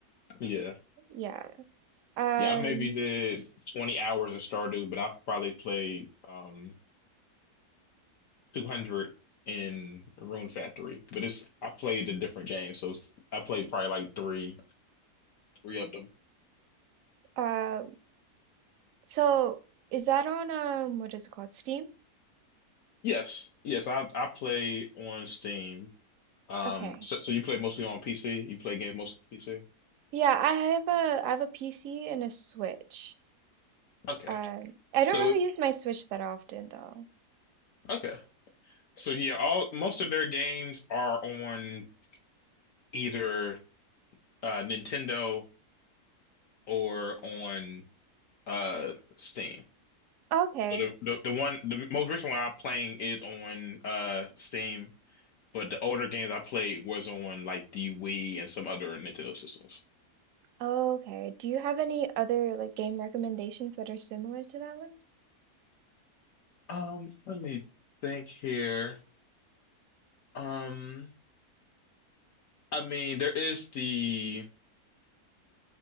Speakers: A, on the left; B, on the right.
A: Yeah.
B: Yeah. Um,
A: Yeah, I maybe did 20 hours in Stardew, but I probably played um 200 in Rune Factory. But it's I played a different game, so it's, I played probably like three three of them.
B: um, so is that on, um, what is it called? Steam?
A: Yes, yes, I I play on Steam. Um,
B: Okay.
A: so so you play mostly on PC? You play games mostly on PC?
B: Yeah, I have a, I have a PC and a Switch.
A: Okay.
B: Um, I
A: So
B: don't really use my Switch that often though.
A: okay. So yeah, all most of their games are on either uh, Nintendo or on uh, Steam.
B: Okay.
A: So the, the the one the most recent one I'm playing is on uh, Steam, but the older games I played was on like the Wii and some other Nintendo systems.
B: Oh, Okay. Do you have any other like game recommendations that are similar to that one?
A: Um, let me think here. Um, I mean, there is the